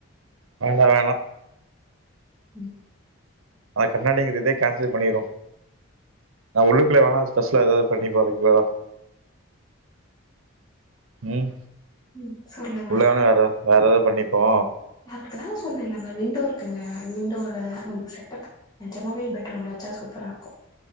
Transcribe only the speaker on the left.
ம்
ம் சொல்லுங்க
அதுக்குதா சொன்னேலங்க விண்டோ இருக்குங்க விண்டோல நமக்கு செட்டப் நிஜமாவே பெட்ரூம்ல வெச்சா சூப்பரா இருக்கு